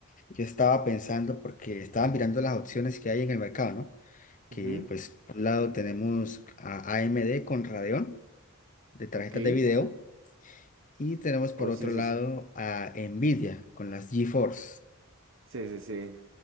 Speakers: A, on the left (about 35°); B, on the right (about 60°).
A: yo estaba pensando porque estaba mirando las opciones que hay en el mercado, ¿no? Que
B: ujú,
A: pues por un lado tenemos a AMD con Radeon de tarjetas
B: Ok,
A: de video.
B: ajá.
A: Y tenemos por
B: Oh,
A: otro
B: sí, sí,
A: lado
B: sí.
A: a Nvidia con las GeForce.
B: Sí, sí, sí.